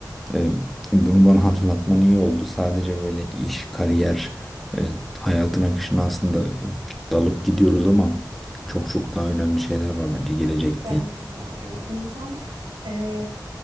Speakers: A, in the centre; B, on the right.
A: E, bunu bana hatırlatman iyi oldu. Sadece böyle iş, kariyer, e, hayatın akışına aslında dalıp gidiyoruz ama çok çok daha önemli şeyler var bence gelecekte.
B: Gerçekten öyle. İnsan eee,